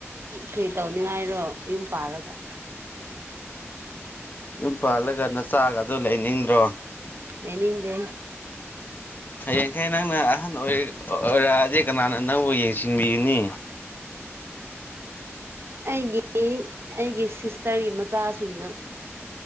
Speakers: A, on the right (about 60°); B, on the left (about 45°).
A: ꯀꯩ ꯇꯧꯅꯤꯉꯥꯏꯔꯣ ꯌꯨꯝ ꯄꯥꯜꯂꯒ
B: ꯌꯨꯝ ꯄꯥꯜꯂꯒ ꯅꯆꯥꯒꯥꯗꯨ ꯂꯩꯅꯤꯡꯗ꯭ꯔꯣ
A: ꯂꯩꯅꯤꯡꯗꯦ
B: ꯍꯌꯦꯡꯈꯩ ꯅꯪꯅ ꯑꯍꯟ ꯑꯣꯏ ꯑꯣꯏꯔꯛꯑꯗꯤ ꯀꯅꯥꯅ ꯅꯪꯕꯨ ꯌꯦꯡꯁꯤꯟꯕꯤꯌꯨꯅꯤ
A: ꯑꯩꯒꯤꯗꯤ ꯑꯩꯒꯤ ꯁꯤꯁꯇꯔꯒꯤ ꯃꯆꯥꯁꯤꯡꯅ